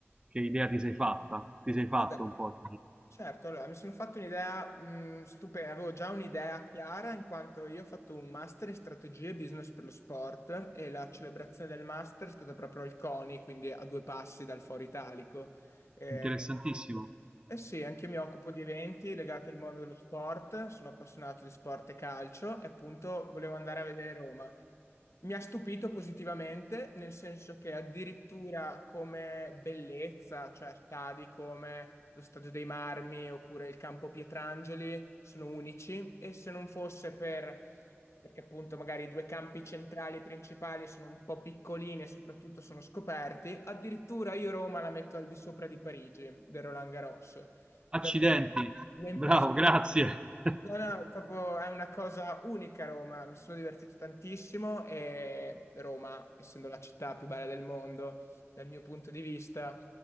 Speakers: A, on the right; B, on the left.
A: che idea ti sei fatta, ti sei fatto
B: Ah, dai.
A: un po'.
B: Certo, allora mi sono fatto un'idea mh, stupenda, avevo già un'idea chiara in quanto io ho fatto un master in strategie e business per lo sport e la celebrazione del master è stata proprio al CONI, quindi a due passi dal Foro Italico. Mm. Eh,
A: Interessantissimo.
B: eh sì, anche io mi occupo di eventi legati al mondo dello sport, sono appassionato di sport e calcio e appunto volevo andare a vedere Roma. Mi ha stupito positivamente, nel senso che addirittura come bellezza, cioè stadi come lo Stadio dei Marmi oppure il Campo Pietrangeli sono unici e se non fosse per perché appunto magari i due campi centrali principali sono un po' piccolini e soprattutto sono scoperti. Addirittura io Roma la metto al di sopra di Parigi, del Roland Garros.
A: Accidenti,
B: Davvero, mi ha impressionato.
A: bravo, grazie. <laughs>
B: No, no, proprio è una cosa unica Roma, mi sono divertito tantissimo e Roma, essendo la città più bella del mondo, dal mio punto di vista,